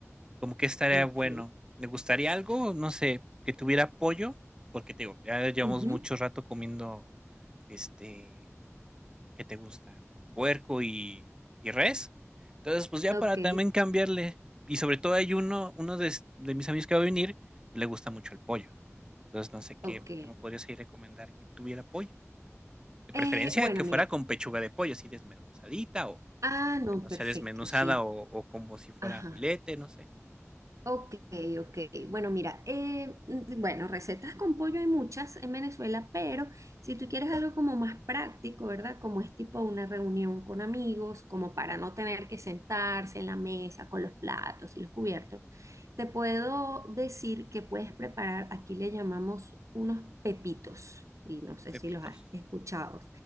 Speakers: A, on the right; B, on the right.
A: como que estaría
B: Ujú.
A: bueno.
B: Ok.
A: Me gustaría algo, no sé, que tuviera pollo, porque te digo, ya llevamos
B: Ujú.
A: mucho rato comiendo, este, ¿qué te gusta? Puerco y, y res. Entonces, pues ya
B: Ok,
A: para también cambiarle. Y sobre todo hay uno, uno de, de mis amigos que va a venir, le gusta mucho el pollo. Entonces, no sé qué,
B: ok.
A: qué me podrías ahí recomendar que tuviera pollo. De preferencia
B: Eh, bueno,
A: que
B: mira.
A: fuera con pechuga de pollo, así desmenuzadita o
B: Ah,
A: aunque
B: no,
A: no sea
B: perfecto,
A: desmenuzada
B: sí.
A: o, o como si fuera
B: Ajá.
A: filete, no sé.
B: Ok, ok. Bueno, mira, eh, mm, bueno, recetas con pollo hay muchas en Venezuela, pero si tú quieres algo como más práctico, ¿verdad? Como es tipo una reunión con amigos, como para no tener que sentarse en la mesa con los platos y los cubiertos, te puedo decir que puedes preparar, aquí le llamamos unos pepitos. Y no sé
A: pepitos,
B: si los has escuchado.